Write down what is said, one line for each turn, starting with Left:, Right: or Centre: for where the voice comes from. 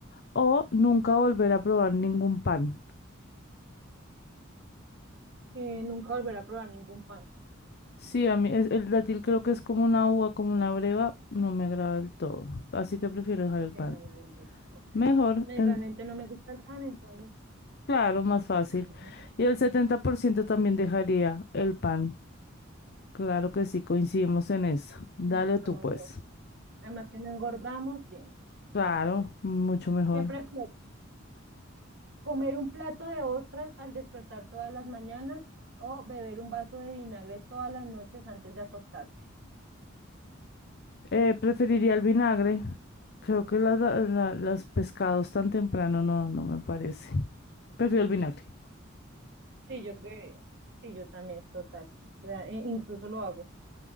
Left: o nunca volver a probar ningún pan?
Right: Eh, nunca volveré a probar ningún pan.
Left: Sí, a mí es- el dátil creo que es como una uva, como una breva, no me agrada del todo, así que prefiero dejar el
Right: Sí,
Left: pan.
Right: no, no, no, no, tampoco.
Left: Mejor,
Right: No, y
Left: en-
Right: realmente no me gusta el pan, entonces
Left: claro, más fácil.
Right: <laughs>
Left: Y el 70% también dejaría el pan. Claro que sí, coincidimos en eso. Dale
Right: estamos
Left: tú, pues.
Right: bien. Además que no engordamos, bien.
Left: Claro,
Right: Listo.
Left: mucho mejor.
Right: ¿Qué prefieres? ¿Comer un plato de ostras al despertar todas las mañanas o beber un vaso de vinagre todas las noches antes de acostarte?
Left: Eh, preferiría el vinagre. Creo que las la- la- las pescados tan temprano no, no me parece. Prefiero el vinagre.
Right: Sí, yo creo, sí, yo también, total. Real- in- incluso lo hago.